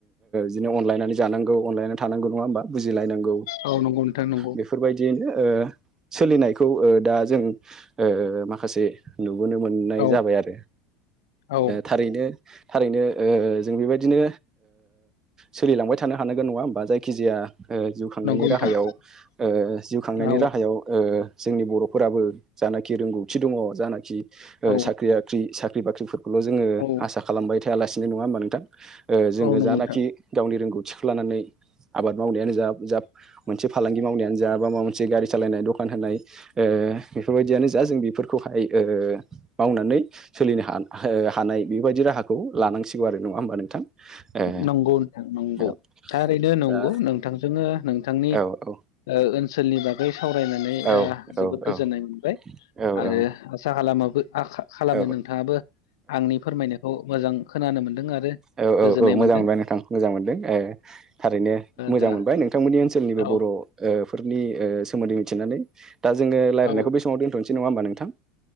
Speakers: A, on the right; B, on the left.
A: बिदिनो अनलायनानै जानांगौ अनलायनानै थानांगौ नङा होमबा बुजिलायनांगौ
B: औ नंगौ नोंथां नंगौ
A: बेफोरबायदियैनो सोलिनायखौ दा जों ओ माखासे नुबोनो मोननाय
B: औ
A: जाबाय आरो
B: औ
A: थारैनो थारैनो जों बेबायदिनो सोलिलांबाय थानो हानांगोन नंङा होमबा जायखिजाया जिउ खांनायनि
B: नंगौ नोंथां
A: राहायाव जिउ खांनायनि
B: औ
A: राहायाव जोंनि बर' फोराबो जानाखि रोंगौथि दङ जानाखि
B: औ
A: साख्रि बाख्रि साख्रि बाख्रिफोर खौल' जोङो
B: औ
A: आसा खालामबाय थायालासिनो नङा होमबा नोंथां जोङो
B: औ नंगौ
A: जानाखि
B: नोंथां
A: गावनि रोंगौथिखौ लानानै आबाद मावनायानो जा जा मोनसे फालांगि मावनायानो जा बा मावनाय से गारि सालायनाय दखान होनाय बेफोरबायदियानो जा जों बेफोरखौहाय मावनानै सोलिनो ह हानाय बेबायदि राहाखौ लानांसिगौ आरो नङा होमबा नोंथां ए
B: नंगौ नोंथां नंगौ
A: औ
B: थाररैनो नंगौ
A: दा
B: नोंथांजोंनो नोंथांनि
A: औ औ
B: ओ ओनसोलनि बागै सावरायनानै
A: औ
B: ओ जोबोद
A: औ
B: गोजोननाय
A: औ
B: मोनबाय
A: औ
B: आरो
A: औ
B: आसा खालामो खालामो
A: औ
B: नोंथाङाबो आंनि फोरमायनायखौ मोजां खोनानो मोनदों आरो
A: औ
B: गोजोननाय
A: औ औ मोजां
B: मोनदों
A: मोनबाय नोंथां मोजां मोनदों ओ थारैनो मोजां
B: दा
A: मोनबाय नोंथांमोननि ओनसोलनिबो
B: औ
A: बर' ओ फोरनि ओ सोमोन्दै मिथिनानै दा जोङो रायलायनायखौ
B: औ
A: बे समाव दोनथ'नोसै नङा होमबा नोंथां?